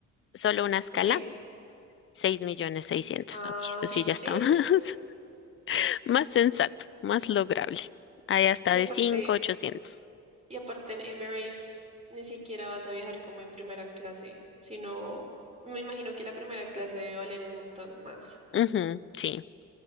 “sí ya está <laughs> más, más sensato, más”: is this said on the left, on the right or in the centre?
Left